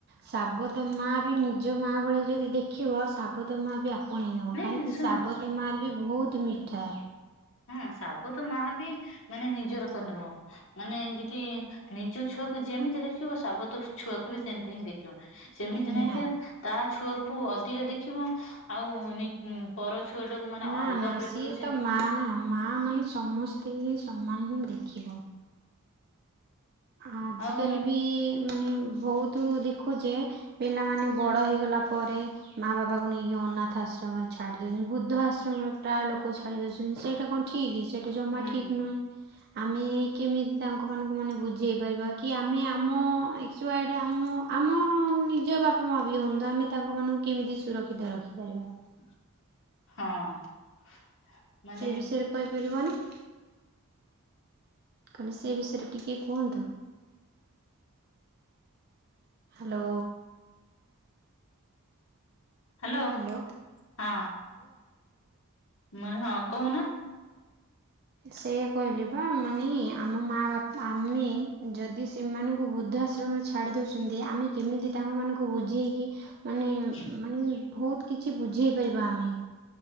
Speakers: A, on the right; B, on the left.
A: ଶାବତ ମା ବି ନିଜ ମାଆ ଭଳିଆ ଯଦି ଦେଖିବ ଶାବତ ମା ବି ଆପ ଆପଣେଇ ନବ
B: ନାଇଁ
A: କାହିଁକି
B: ଶୁଣ
A: ସାବତ ମାର ବି ବହୁତ ମିଠା।
B: ହୁଁ ଶାବ ତ ମା ବି ମାନେ ନିଜର କର ନମ ମାନେ ଯଦି ନିଜ ଛୁଆକୁ ଯେମିତି ଦେଖିବ ସାବତ ଛୁଆକୁ ବି ସେମିତି ହିଁ ଦେଖିବ। ସେମିତି
A: ନିହାତି
B: ନହିଁ ଯେ ତା ଛୁଆକୁ ଅଧିକ ଦେଖିବ ଆଉ। ଉଁ ପର ଛୁଆଟାକୁୁ ମାନେ
A: ନା
B: ଅଲଗା
A: ନା
B: ପେଟୁରୁଛି?
A: ସିଏ ତ ମା ନା। ମା ମାନେ ସମସ୍ତ ଙ୍କି ହିଁ ସମାନେ ହିଁ ଦେଖେ। ଆଜିକାଲି
B: ଆଉ
A: ବି ମାନେ ବହୁତ ଦେଖୁଛେ। ପିଲାମାନେ ବଡ ହେଇଗଲା ପରେ। ମା ବାପାଙ୍କୁ ନେଇକି ଅନାଥ ଆଶ୍ରମରେ ଛାଡି ଦଉଛନ୍ତି ବୁଦ୍ଧ ଆଶ୍ରମରେ ପ୍ରାୟ ଲୋକ ଛାଡି ଦଉଛନ୍ତି ସେଇଟା କଣ ଠିକ୍ ଡିସାଇଡି। ଜମା
B: ହୁଁ
A: ଠିକ ନୁହେ ଆମେ କେମିତି ତାଙ୍କ ମାନଙ୍କୁ ମାନେ ବୁଝେଇ ପାରିବା କି ଆମେ। ଆମ ଆଚୁଆଡ ଆମ ଆମ ନିଜ ବାପା ମା ବି ହୁଅନ୍ତୁ ଆମେ ତାଙ୍କ ମାନଙ୍କୁ। କେମିତି ସୁରକ୍ଷିତ ରଖିପାରିବା।
B: <inaudible> ହଁ। ମାନେ
A: ସେ ବିଷୟରେ କହିପାରିବ ନା। କାଲେ ସେ ବିଷୟରେ ଟିକିେ କୁହନ୍ତୁ। ହାଲୋ।
B: ହାଲୋ
A: ହ୍ୟାଲୋ
B: ହଁ ମୁଁ ହଁ କହୁନ।
A: ସେଇଆା କହିଲେ ବା ମାନେ ଆମ ମା ବାପା ଆମେ ଯଦି ସେମାନଙ୍କୁ ବୃଦ୍ଧାଶ୍ରମରେ। ଛାଡି ଦଉଛନ୍ତି ଆମେ କେମିତି ତାଙ୍କ ମାନଙ୍କୁ ବୁଝେଇକି ମାନେ।
B: <inaudible>
A: ମାନେ ବହୁତ କିଛି ବୁଝେଇ ପାରିବା ଆମେ।